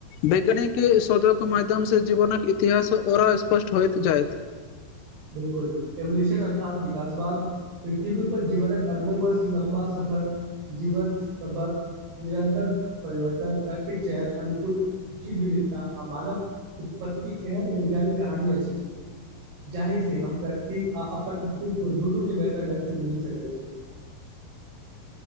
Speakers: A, on the left (about 80°); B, on the right (about 80°).
A: वैज्ञानिक शोधक माध्यमसँ जीवनक इतिहास आओर स्पष्ट होइत जायत
B: बिलकुल एवोल्यूशन अर्थात विकासवाद पृथ्वी पर जीवनक अरबो वर्ष लंबा समय पर जीवन सभक निरन्तर परिवर्तन प्रकृतिक चयन अनुकूल जीव विविधता आ मानव उत्पत्ति एहन वैज्ञानिक कहानी अछि जाहि सँ हम प्रकृति आ अपन अस्तित्व दुनू केर बेहतर ढंग सँ बुझि सकैत छी